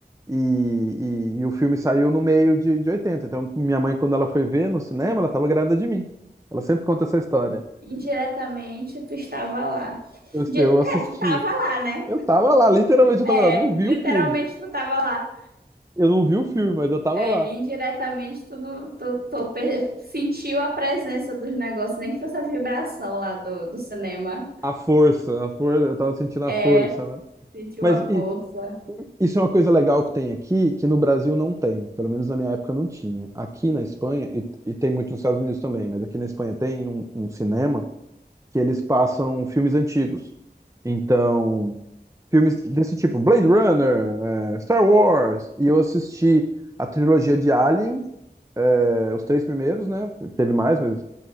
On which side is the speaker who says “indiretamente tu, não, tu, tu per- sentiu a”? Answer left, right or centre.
Right